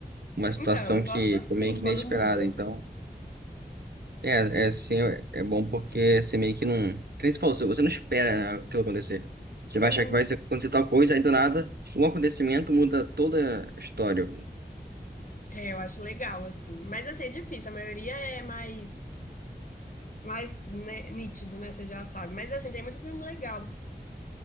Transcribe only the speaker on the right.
Uma situação
que
foi meio que
inesperada,
então. É, é sim, é bom porque você meio que não. Que nem você falou, você não espera aquilo acontecer. Você
vai achar que vai acontecer tal coisa, aí do nada, um acontecimento muda toda a história.